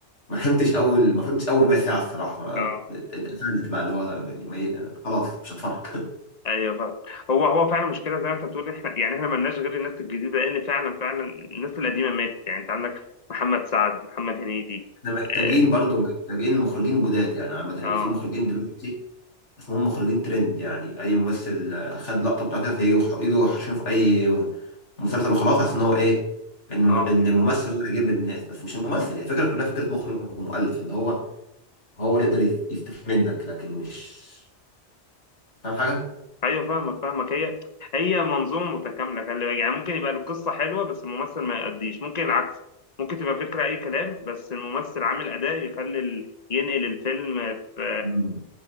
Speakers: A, on the left; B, on the left.
A: ما فهمتش أول ما فهمتش أول ربع ساعة الصراحة
B: اه
A: ف- اتقفلت بقى اللي هو يعني ما... ي- خلاص مش هتفرج <laughs>
B: ايوه فعلا هو هو فعلا مشكله زي ما انت بتقول احنا يعني احنا مالناش غير الناس الجديده لان فعلا فعلا الناس القديمه ماتت يعني انت عندك محمد سعد محمد هنيدي
A: احنا محتاجين
B: اه
A: برضو محتاجين مخرجين جداد يعني عامة اللي
B: اه
A: في مخرجين دلوقتي اسمهم مخرجين ترند يعني اي ممثل آه، خد لقطه بتاعته فيجوا يجوا حاشينه في اي مسلسل وخلاص عشان ان هو ايه انه
B: آه.
A: ان الممثل هو اللي جايب الناس بس مش الممثل هي الفكره كلها فكره مخرج ومؤلف ان هو هو اللي يقدر يست- يستفيد منك لكن مش فاهم حاجه
B: ايوه فاهمك فاهمك هي هي منظومه متكامله خلي بالك يعني ممكن يبقى القصه حلوه بس الممثل ما يأديش ممكن العكس ممكن تبقى فكره اي كلام بس الممثل عامل اداء يخلي ال... ينقل الفيلم في
A: مم.